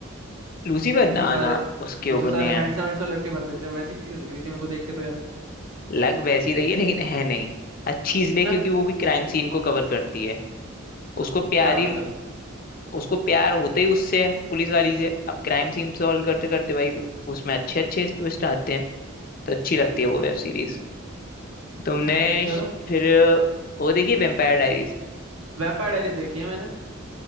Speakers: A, on the left (about 40°); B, on the right (about 85°).
A: लूसीफर
B: जिसमें
A: ना
B: सारे
A: ना उसके
B: जिसमें
A: ऊपर
B: सारे
A: नहीं
B: हैंडसम
A: है
B: हैंडसम लड़के भर देते हैं वैसी सीरीज लग रही थी मेरे को देख के तो यार
A: लग वैसी रही है लेकिन है नहीं अच्छी
B: अच्छा
A: इसलिए क्योंकि वो भी क्राइम सीन को कवर करती है उसको प्यारी
B: क्या बात है
A: उसको प्यार होते ही उससे है पुलिस वाली से अब क्राइम सीन सॉल्व करते करते भाई उसमें अच्छे अच्छे ट्विस्ट आते हैं तो अच्छी लगती है वो वेब सीरीज तुमने
B: क्या बात है चलो
A: श- फिर वो देखिए वेम्पायर डायरीज
B: वैम्पायर डायरीज देखी है मैंने